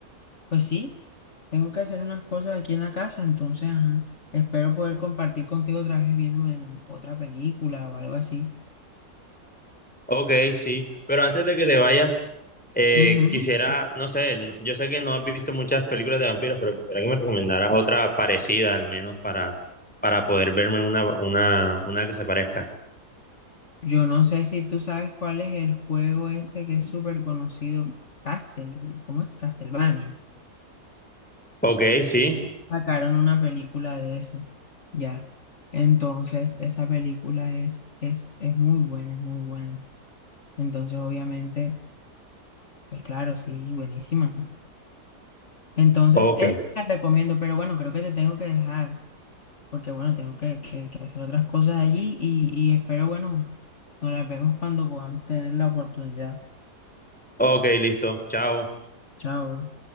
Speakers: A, on the left; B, in the centre.
A: pues sí. Tengo que hacer unas cosas aquí en la casa, entonces, ajá. Espero poder compartir contigo otra vez viéndome otra película o algo así.
B: Ok, sí, pero antes de que te vayas, eh,
A: Ujú.
B: quisiera, no sé, n- yo sé que no has visto muchas películas de vampiros, pero quisiera que me recomendaras otra parecida al menos para, para poder verme una, una, una que se parezca.
A: Yo no sé si tú sabes cuál es el juego este que es súper conocido, Castle, ¿cómo es? Castlevania.
B: Ok, sí,
A: Sacaron una película de eso, ya. Entonces, esa película es, es, es muy buena, es muy buena. Entonces, obviamente, pues claro, sí, buenísima. Entonces,
B: ok,
A: esa te la recomiendo, pero bueno, creo que te tengo que dejar. porque bueno, tengo que, que- que hacer otras cosas allí y, y espero, bueno, nos las vemos cuando podamos tener la oportunidad.
B: ok, listo, chao.
A: Chao.